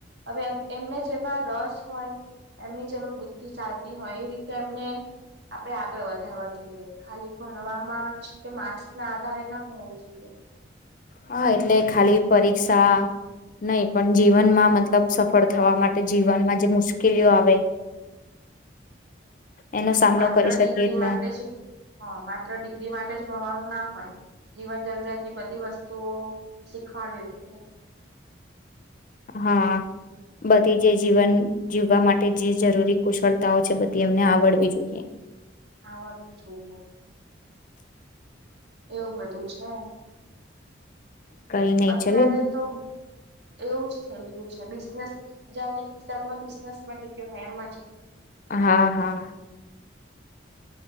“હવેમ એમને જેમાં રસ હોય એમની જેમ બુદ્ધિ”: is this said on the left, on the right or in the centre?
Right